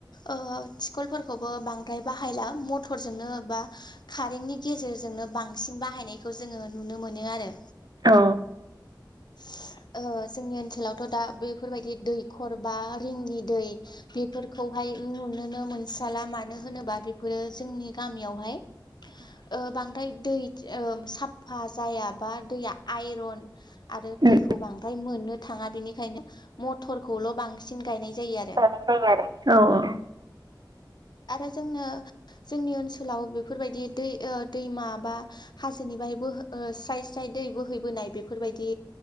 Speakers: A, on the left; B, on the right.
A: ओ थिखल फोरखौबो बांद्राय बाहायला मथरजोंनो बा कारेन्टनि गेजेरजोंनो बांसिन बाहायनायखौ जोङो नुनो मोनो आरो।
B: अ
A: <unintelligible> ओ जोंनि ओनसोलावथ' दा बेफोरबायदि दैखर बा रिंनि दै बेफोरखौ हाय नुनो मोन स्राला मानो होनोबा बेफोरो जोंनि गामियाव हाय ओ बांद्राय दै ओ साफा जाया बा दैया आइरन आरो दैखौ
B: औ
A: बांद्राय मोननो थाङा बिनिखायनो मथर खौल' बांसिन गायनाय जायो आरो।
B: <unintelligible> औ औ।
A: आरो जोंनो जोंनि ओनसोलाव बेफोरबायदि दै आ दैमा बा हाजोनि बाय बोहै ओ स्राइ स्राइ दै बोहैैबोनाय बेफोरबायदि